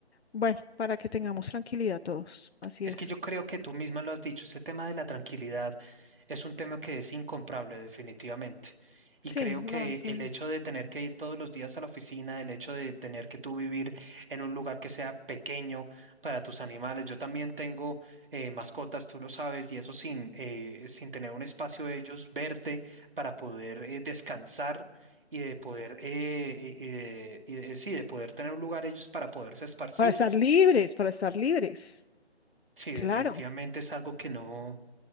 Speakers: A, on the left; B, on the right.
A: bueno, para que tengamos tranquilidad todos, así
B: Es
A: es.
B: que yo creo que tú misma lo has dicho, ese tema de la tranquilidad es un tema que es incomparable definitivamente. Y
A: Sí,
B: creo que
A: no, eso
B: el
A: no
B: hecho
A: es.
B: de tener que ir todos los días a la oficina, el hecho de tener que tú vivir en un lugar que sea pequeño para tus animales, yo también tengo eh, mascotas, tú lo sabes, y eso sin, eh, sin tener un espacio de ellos verde para poder eh, descansar y de poder, eh, y- y de- y de- sí, de poder tener un lugar ellos para poderse esparcir.
A: Para estar libres, para estar libres,
B: Sí,
A: claro.
B: definitivamente es algo que no,